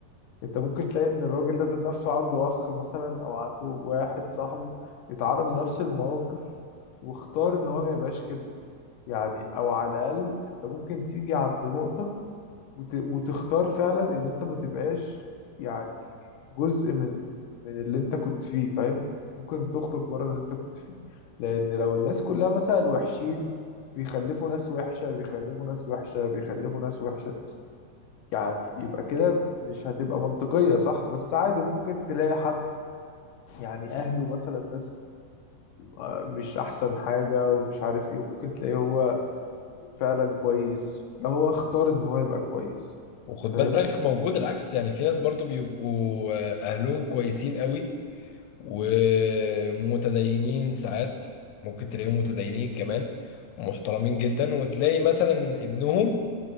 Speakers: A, on the left (about 70°); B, on the left (about 85°).
A: انت ممكن تلاقي ان الراجل ده ذات نفسه عنده اخ مثلا او عنده واحد صاحبه يتعرض لنفس المواقف واختار ان هو ما يبقاش كده يعني او على الاقل انت ممكن تيجي عند نقطة وت... وتختار فعلا ان انت ما تبقاش يعني جزء من من اللي انت كنت فيه فاهم ممكن تخرج بره اللي انت كنت فيه لان لو الناس كلها مثلا وحشين بيخلفوا ناس وحشة بيخلفوا ناس وحشة بيخلفوا ناس وحشة يعني يبقى كده مش هتبقى منطقية صح بس عادي ممكن تلاقي حد يعني أهله مثلا ناس آه، مش أحسن حاجة ومش عارف إيه وممكن تلاقيه هو فعلا كويس ده هو اختار إن هو يبقى كويس
B: وخد
A: فاهم
B: بالك موجود العكس يعني في ناس برضو بيبقوا آه، اهلهم كويسين قوي ومتدينين ساعات ممكن تلاقيهم متدينين كمان ومحترمين جدا وتلاقي مثلا ابنهم